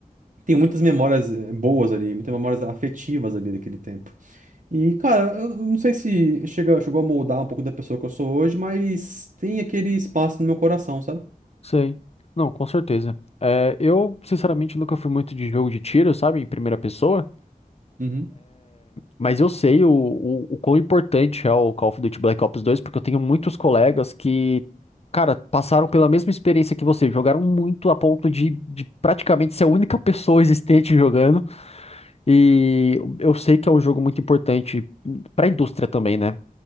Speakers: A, on the right; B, on the left.
A: Tem muitas memórias eh, boas ali, muitas memórias afetivas ali daquele tempo. E, cara, eu não sei se chega, chegou a moldar um pouco da pessoa que eu sou hoje, mas tem aquele espaço no meu coração, sabe?
B: Sei. Não, com certeza. É, eu, sinceramente, nunca fui muito de jogo de tiro, sabe? Em primeira pessoa.
A: Uhum.
B: Mas eu sei o, o, o quão importante é o Call of Duty Black Ops dois, porque eu tenho muitos colegas que, cara, passaram pela mesma experiência que você. Jogaram muito a ponto de, de praticamente ser a única pessoa existente jogando. E eu sei que é um jogo muito importante pra indústria também, né?